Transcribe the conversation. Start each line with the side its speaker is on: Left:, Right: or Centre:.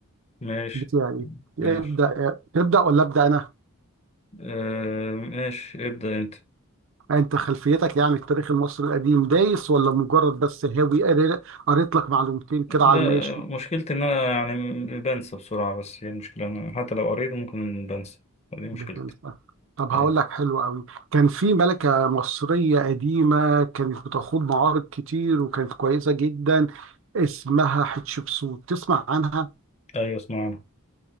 Left: ماشي
Right: بتاعي
Left: ماشي
Right: ابدا تبدا ولا ابدا انا
Left: آه ماشي ابدأ انت
Right: انت خلفيتك يعني التاريخ المصري القديم دايس ولا مجرد بس هاوي قري- قريت لك معلومتين كده
Left: لا
Right: على الماشي
Left: مشكلتي ان انا يعني بنسى بسرعة بس هي المشكلة انا حتى لو قريت ممكن بنسى دي مشكلتي
Right: بتنسى طب
Left: أيوة.
Right: هقول لك حلو قوي كان في ملكة مصرية قديمة كانت بتخوض معارض كتير وكانت كويسة جدا اسمها حتشبسوت تسمع عنها
Left: ايوه اسمعنا